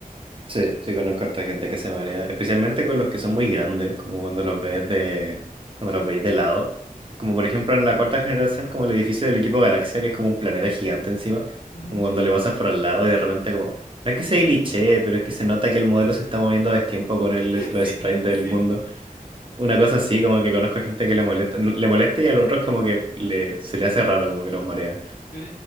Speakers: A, on the right; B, on the left.
A: Sí, sí conozco a harta gente que se marea, especialmente con los que son muy grandes, como cuando los ves de, cuando los veis de lado. Como por ejemplo en la cuarta generación, como el edificio del equipo Galaxia, que es como un planeta gigante encima,
B: Ujú.
A: como cuando le pasas por al lado y de repente como, no es que se glitchee, pero es que se nota que el modelo se está moviendo a destiempo con el,
B: <laughs>
A: los
B: Sí,
A: sprites del
B: sí.
A: mundo. Una cosa así, como que conozco gente que le molesta, le molesta y a los otros como que le, se le hace raro, como que los marea.
B: Yo,